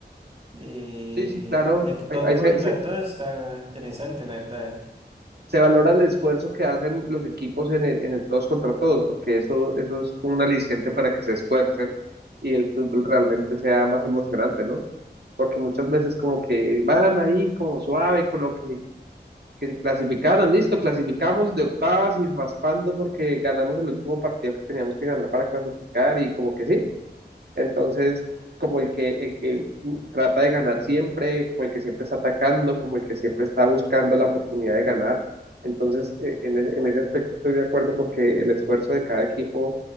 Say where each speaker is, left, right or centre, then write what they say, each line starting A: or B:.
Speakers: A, on the right (about 35°); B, on the right (about 65°).
A: de,
B: Sí, sí, claro,
A: del todo
B: ahí, ahí
A: contra
B: se,
A: todo, está interesante, la verdad.
B: se valora el esfuerzo que hacen los equipos en el, en el todos contra todos, porque eso, eso es como un aliciente para que se esfuercen y el fútbol realmente sea más emocionante, ¿no? Porque muchas veces como que van ahí como suave con lo que, que se clasificaron, listo, clasificamos de octavas y raspando porque ganamos el último partido que teníamos que ganar para clasificar y como que sí, entonces, como el que, el que trata de ganar siempre, como el que siempre está atacando, como el que siempre está buscando la oportunidad de ganar. Entonces, eh, en, e- en ese aspecto estoy de acuerdo porque el esfuerzo de cada equipo